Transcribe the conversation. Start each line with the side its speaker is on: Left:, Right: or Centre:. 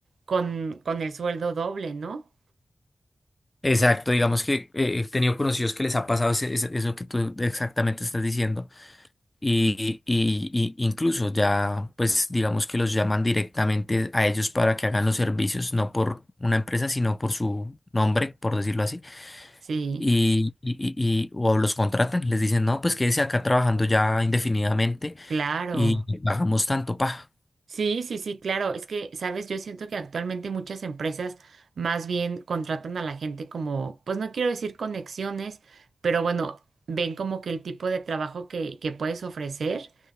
Right: con, con el sueldo doble, ¿no?
Left: exacto. Digamos que eh, he tenido conocidos que les ha pasado ese- ese- eso que tú exactamente estás diciendo. Y, y, y incluso ya, pues digamos que los llaman directamente a ellos para que hagan los servicios, no por una empresa, sino por su nombre, por decirlo así.
Right: Sí,
Left: y, y- y- y- o los contratan, les dicen, no, pues quédese acá trabajando ya indefinidamente
Right: claro.
Left: y le pagamos tanto, pa.
Right: Sí, sí, sí, claro. Es que, sabes, yo siento que actualmente muchas empresas más bien contratan a la gente como, pues no quiero decir conexiones, pero bueno, ven como que el tipo de trabajo que, que puedes ofrecer